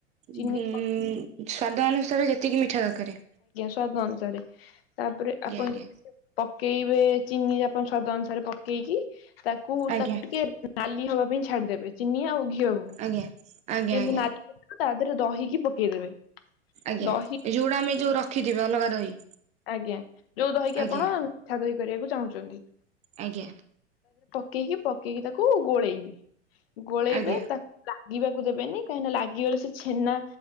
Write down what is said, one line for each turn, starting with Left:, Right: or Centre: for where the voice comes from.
Left: ଚିନି
Right: ଉଁ-ଉଁ-ଉଁ ସ୍ଵାଦ ଅନୁସାରେ ଯେତିକି ମିଠା ଦକାରେ
Left: ସ୍ୱାଦ ଅନୁସାରେ, ତାପରେ ଆପଣ
Right: ଆଜ୍ଞା
Left: ଯେତେ <inaudible> ପକ୍ ପକେଇବେ ଚିନି, ଆପଣ ସ୍ୱାଦ ଅନୁସାରେ ପକେଇକି ତାକୁ,
Right: ଆଜ୍ଞା
Left: ତାକୁ ଟିକେ ନାଲି ନାଲି ହବା ପାଇଁ ଛାଡିଦେବେ ଚିନି ଆଉ ଘିଅକୁ,
Right: ଆଜ୍ଞା ଆଜ୍ଞା
Left: ଯେମିତି
Right: ଆଜ୍ଞା
Left: ନାଲି <inaudible> ତା ଦେହରେ ଦହିକି ପକେଇଦେବେ।
Right: ଆଜ୍ଞା ଏ
Left: ଦହି
Right: ଯୋଉଟା ଆମେ ଯୋଉ ରଖିଥିବେ ଅଲଗା ଦହି?
Left: ଆଜ୍ଞା ଯୋଉ ଦହିକି
Right: ଆଜ୍ଞା
Left: ଆପଣ ମିଠା ଦହି କରିବାକୁ ଚାହୁଁଚନ୍ତି।
Right: ଆଜ୍ଞା।
Left: ଇକି ପକେଇ ତାକୁ ଗୋଳେଇବେ। ଗୋଳେଇବେ
Right: ଆଜ୍ଞା
Left: ତାକୁ ଲାଗିବାକୁ ଦେବେନି କାହିଁକି ଲାଗିଗଲେ ସେ ଛେନା